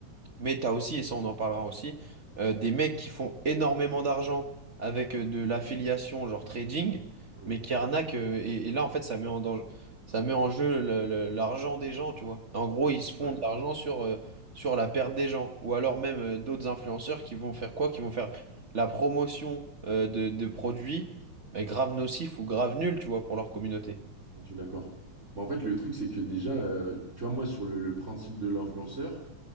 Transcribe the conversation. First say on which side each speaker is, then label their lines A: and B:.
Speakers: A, on the right; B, on the right.
A: Mais t'as aussi, et ça on en parlera aussi, euh, des mecs qui font énormément d'argent avec euh, de l'affiliation, genre trading,
B: mm,
A: mais qui arnaquent. euh, et, et là, en fait, ça met en danger, ça met en jeu le- le- l'argent des gens, tu vois. En gros, ils se font
B: ouais.
A: de l'argent sur, euh, sur la perte des gens. Ou alors même euh, d'autres influenceurs qui vont faire quoi? Qui vont faire la promotion euh, de, de produits mais grave nocifs ou grave nuls, tu vois, pour leur communauté.
B: Je suis d'accord. Mais en fait, le truc, c'est que déjà, euh, tu vois, moi, sur le, le principe de l'influenceur,